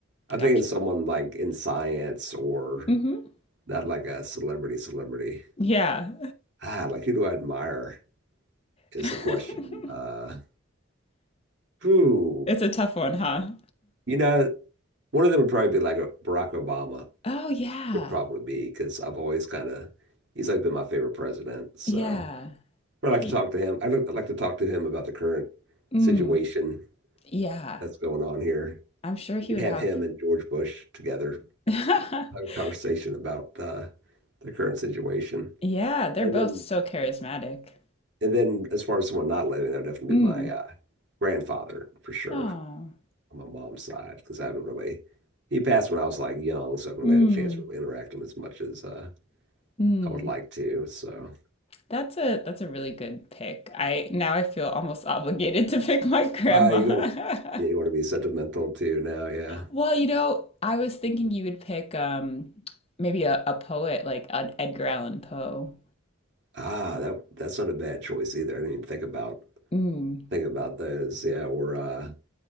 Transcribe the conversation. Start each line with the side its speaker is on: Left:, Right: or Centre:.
Right: I'm
Left: gotcha.
Right: thinking someone like in science or
Left: hmm
Right: not like a celebrity celebrity.
Left: Yeah.
Right: Ah, like who do I admire is
Left: <laughs>
Right: the question. Uh, who?
Left: It's a tough one, huh?
Right: You know, one of them would probably be like a Barack Obama.
Left: Oh, yeah.
Right: would probably be because I've always kind of he's like been my favorite president. So
Left: Yeah.
Right: I like
Left: He,
Right: to talk to him. I would like to talk to him about the current
Left: mm,
Right: situation
Left: yeah.
Right: that's going on here.
Left: I'm sure
Right: We
Left: he
Right: could
Left: would
Right: have
Left: have.
Right: him and George Bush together
Left: <laughs>
Right: have a conversation about uh, the current situation.
Left: Yeah, they're
Right: And
Left: both
Right: then
Left: so charismatic.
Right: and then as far as someone not living, that would definitely
Left: Mm.
Right: be my uh, grandfather for sure
Left: Oh.
Right: on my mom's side because I haven't really he passed when I was like young, so I haven't
Left: Mm.
Right: really had a chance to really interact with him as much as uh,
Left: Mm.
Right: I would like to. So
Left: That's a that's a really good pick. I now I feel almost <laughs> obligated to pick my grandma.
Right: Ah, you got to, yeah, you
Left: <laughs>
Right: want to be sentimental too now, yeah.
Left: Well, you know, I was thinking you would pick um maybe a, a poet like an Edgar Allan Poe.
Right: Ah, that that's not a bad choice either. I didn't even think about
Left: Mm.
Right: think about those. Yeah, or uh